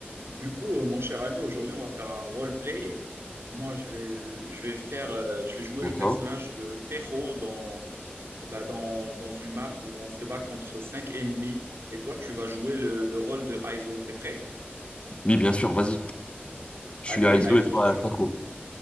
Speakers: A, on the right (about 90°); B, on the left (about 30°).
A: Du coup, euh, mon cher ami, aujourd'hui, on va faire un roleplay. Moi, je vais, je vais faire, euh, je vais jouer
B: D'accord.
A: le personnage de Tero dans, bah, dans, dans une map où on se bat contre cinq ennemis. Et toi, tu vas jouer le, le rôle de Aizo. T'es prêt?
B: Oui, bien sûr, vas-y. Je
A: Allez,
B: suis à ISO
A: Aizo,
B: et toi
A: tu...
B: à Taco.